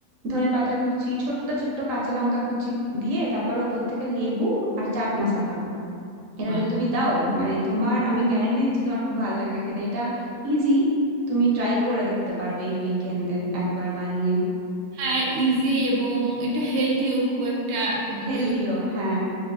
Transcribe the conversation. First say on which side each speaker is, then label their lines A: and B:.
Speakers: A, on the right; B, on the right.
A: ধনেপাতা কুচি ছোট্ট ছোট্ট কাঁচা লঙ্কা কুচি দিয়ে তারপর ওপর থেকে লেবু আর চাট মশলা এটা
B: বাহ
A: যদি তুমি দাও মানে তোমার আমি গ্যারেন্টি দিচ্ছি তোমার খুব ভালো লাগবে খেতে এটা ইজি তুমি ট্রাই করে দেখতে পারবে এই উইকেন্ডে একবার বানিয়ে
B: হ্যাঁ ইজি এবং এটা হেলদিও খুব একটা উম,
A: হেলদিও
B: যেহেতু
A: হ্যাঁ